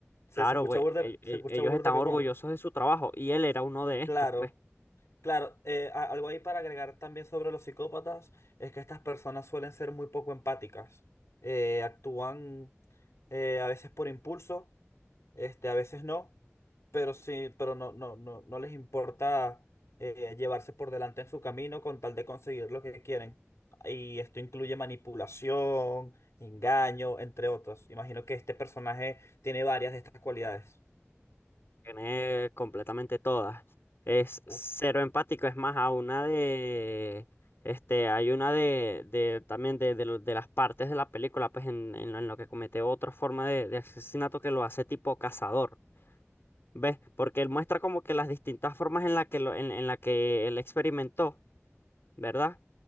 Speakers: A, on the left; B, on the left.
A: Se,
B: Claro,
A: se escucha
B: pues,
A: burde,
B: e- e-
A: se escucha
B: ellos
A: burde
B: están
A: pepón.
B: orgullosos de su trabajo y él era uno de estos,
A: Claro,
B: pues.
A: claro. eh, a- algo ahí para agregar también sobre los psicópatas es que estas personas suelen ser muy poco empáticas. Eh, actúan eh, a veces por impulso, este, a veces no. pero sí, pero no, no, no, no les importa eh, llevarse por delante en su camino con tal de conseguir lo que quieren. Y esto incluye manipulación, engaño, entre otros. Imagino que este personaje tiene varias de estas cualidades.
B: Tiene completamente todas. Es
A: Uf.
B: cero empático, es más, a una de, este, hay una de, de también de, de, lo- de las partes de la película, pues en, en, lo en lo que comete otra forma de, de asesinato que lo hace tipo cazador, ¿ves? Porque él muestra como que las distintas formas en la que, lo, en, en la que él experimentó, ¿verdad?